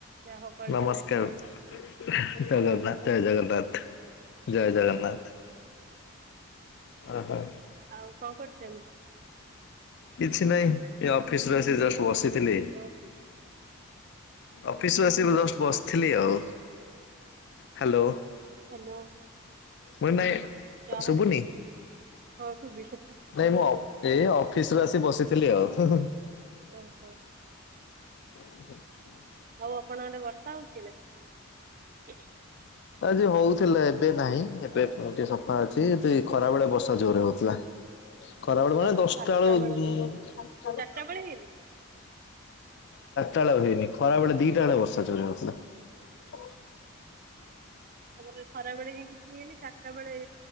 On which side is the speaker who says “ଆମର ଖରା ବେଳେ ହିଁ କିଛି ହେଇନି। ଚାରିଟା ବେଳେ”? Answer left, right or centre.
Right